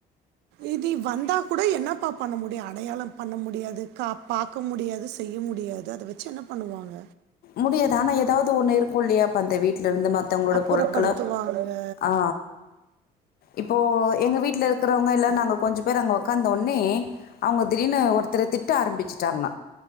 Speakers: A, on the right (about 85°); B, on the left (about 65°).
A: இதி வந்தா கூட என்னப்பா பண்ண முடியு அடையாளோ பண்ண முடியாது கா பாக்க முடியாது செய்ய முடியாது அத வச்சு என்ன பண்ணுவாங்க
B: முடியாது ஆனா எதாவது ஒண்ணு இருக்கு இல்லையா அப்ப அந்த வீட் ல இருந்து மத்தவங்களோட
A: அப்புறப்படுத்துவாங்க
B: பொருட்கள ஆ இப்போ எங்க வீட்ல இருக்கறவங்க எல்லா நாங்க கொஞ்ச பேர் அங்க ஒக்காந்த உடனே அவங்க திடீர்னு ஒருத்தர திட்ட ஆரம்பிச்சுட்டாங்க